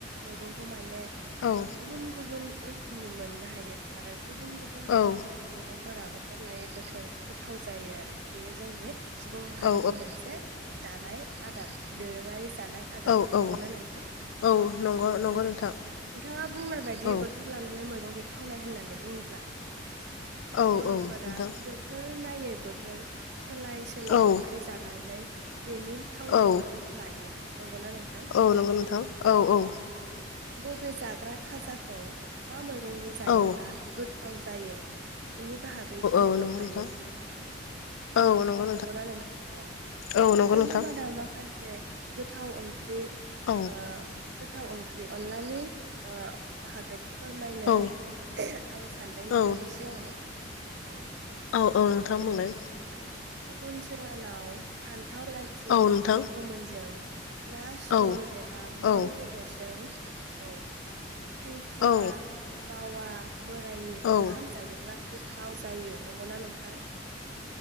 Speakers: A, on the right; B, on the left.
A: मैगंखौ माने
B: औ
A: गुबुन गुबुन रोखोमनि मोननो हायो आरो गुबुन गुबुन
B: औ
A: मैगंफोराबो जाद लायै बोथोर गोथाव जायो आरो बेयो जोंनि सुबुं माहारिनि
B: औ
A: मोनसे जानाय आदार दोरोङारि जानाय आदार
B: औ
A: नंगौना
B: औ
A: नोंथां
B: औ नंगौ
A: औ
B: नंगौ नोंथां
A: मा बुंनाय बायदि
B: औ
A: बोथोर लानानै नो मैगं बे थावनाय होननानै बुङोब्ला
B: औ
A: बर'फोरा
B: औ नोंथां
A: बोथोर नायै बोथोर सोलाय सोल' ओंख्रि
B: औ
A: जानानै बेनि थावनायखौ
B: औ
A: लायो नंगौना नोंथां
B: औ नंगौ नोंथां औ औ
A: बबे जा रा खाजाखौ मा मै ओं जायोब्ला
B: औ
A: गोथाव जायो बेनि बाहागै गियान
B: औ नंगौ
A: दंखायो
B: नोंथां औ नंगौ
A: नंगौना नोंथां औ
B: औ नंगौ
A: बेफोरनि
B: नोंथां
A: मादाव माखासे गोथाव ओंख्रि
B: औ
A: ओ गोथाव ओंख्रि अनलानि ओ बाहागो फोरमायनो
B: औ
A: आं सानदों नोंथांनि
B: औ
A: सिगाङाव औ
B: औ औ नोंथां
A: ओ
B: बुंलाय
A: फागुन सेङानाव हान थाव लात्जि
B: औ नोंथां
A: गोमोनजों ना सल
B: औ
A: एबा मै
B: औ
A: बेदरजों औ खेंखुवा
B: औ
A: बावा बोरायनि ओंखाम
B: औ
A: जायोब्ला गोथाव जायो नंग'ना नोंथां?